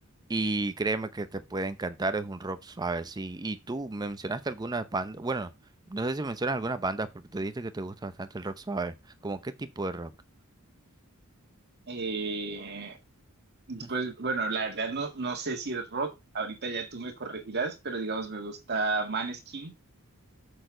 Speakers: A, on the right; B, on the right.
A: y créeme que te puede encantar, es un rock suave, sí. Y tú mencionaste algunas bandas, bueno, no sé si mencionas algunas bandas porque tú dijiste que te gusta bastante el rock suave. ¿Cómo qué tipo de rock?
B: Eh,
A: <laughs>
B: pues bueno, la verdad no, no sé si es rock. Ahorita ya tú me corregirás, pero digamos me gusta Maneskin.